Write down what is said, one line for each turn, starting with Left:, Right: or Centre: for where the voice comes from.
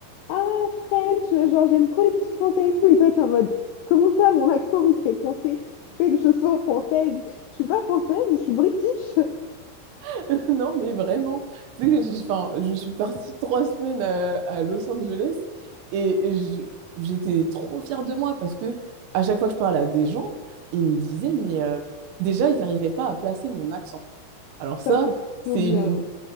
Left: Ah, French, euh, genre j'aime trop les petits français et tout. Et toi, t'es en mode Comment ça, mon accent, il te fait penser fait que je sois française? Je suis pas française, je suis british.
Right: <laughs> Non, mais vraiment. Tu sais que j'ai- enfin, je suis partie trois semaines à, à Los Angeles et j- j'étais trop fière de moi parce que à chaque fois que je parlais à des gens, ils me disaient, mais euh, déjà, ils n'arrivaient pas à placer mon accent. Alors ça,
Left: Ça, c'est trop
Right: c'est
Left: bien.
Right: une,